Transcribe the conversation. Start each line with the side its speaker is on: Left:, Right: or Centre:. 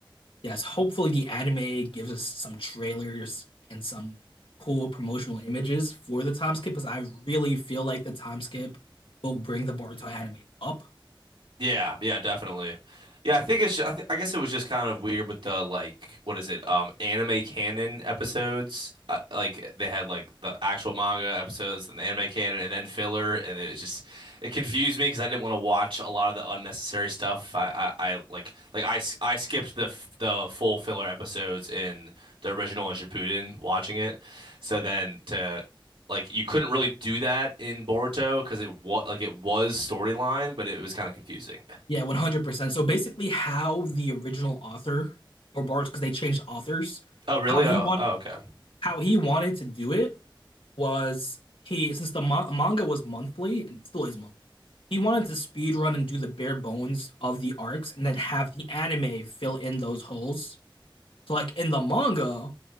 Left: Yes, hopefully the anime gives us some trailers and some cool promotional images for the time skip because I really feel like the time skip will bring the Boruto anime up.
Right: Yeah, yeah, definitely. Yeah, I think it's. I, th I guess it was just kind of weird with the like, what is it? Um, anime canon episodes. Uh, like they had like the actual manga episodes and the anime canon, and then filler, and it was just it confused me because I didn't want to watch a lot of the unnecessary stuff. I, I, I like like I, s- I skipped the f- the full filler episodes in the original and Shippuden watching it, so then to like you couldn't really do that in Boruto because it was like it was storyline, but it was kind of confusing.
Left: Yeah, 100%. So basically how the original author or Boruto because they changed authors,
Right: Oh, really?
Left: how he
Right: Oh,
Left: want
Right: oh, okay.
Left: how he wanted to do it was he since the ma manga was monthly and still is monthly. He wanted to speed run and do the bare bones of the arcs and then have the anime fill in those holes So like in the manga,